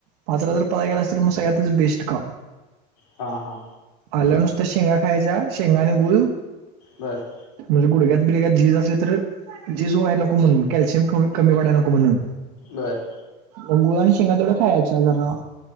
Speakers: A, on the right; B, on the left.
A: पाच ला जर पळायला गेला अस तर मग सगळ्यातच बेस्ट काम
B: हा हा.
A: आलं नुसतं शेंगा खायच्या शेंगा आणि गुळ
B: बर
A: म्हणजे गुडघ्यात बिडग्यात झीज असली तर झीज व्हाय नको म्हणन कॅल्शियम ख कमी पडाय नको म्हणून
B: बरं
A: मग गुळ आणि शेंगा तेवड्या खायच्या जरा